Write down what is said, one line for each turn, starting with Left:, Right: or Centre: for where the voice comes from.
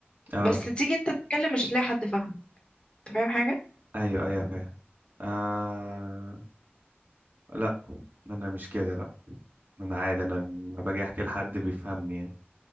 Right: اه
Left: بس تيجي انت تتكلم مش هتلاقي حد فاهمك انت فاهم حاجة
Right: ايوه ايوه فاهم آه لا انا مش كده لا انا عادي انا لما باجي احكي لحد بيفهمني يعني